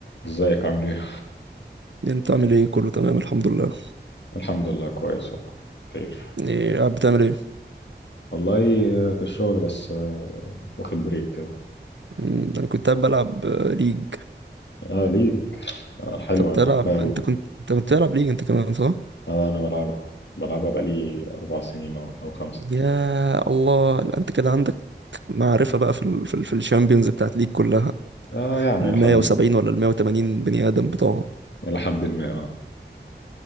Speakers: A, on the left; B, on the right.
A: ازيك عامل ايه؟
B: انت عامل ايه كله تمام الحمد لله
A: الحمد لله كويس والله بخير
B: ايه قاعد بتعمل ايه
A: والله آه، في الشغل بس آه، واخد بريك كده
B: مم، انا كنت قاعد بلعب آه، ليج
A: اه ليج آه، حلوة
B: انت بتلعب
A: انا بحبها قوي
B: انت كنت انت كنت بتلعب ليج انت كمان صح
A: آه انا بلعبها بلعبها بقالي اربع سنين او أو خمسة
B: يا الله لا انت كده عندك معرفة بقى في ال... في, ال... في الشامبيونز بتاعت ليج كلها
A: اه يعني
B: ال
A: الى حد
B: 170
A: ما
B: ولا ال 180 بني ادم بتوعهم
A: الى حد ما اه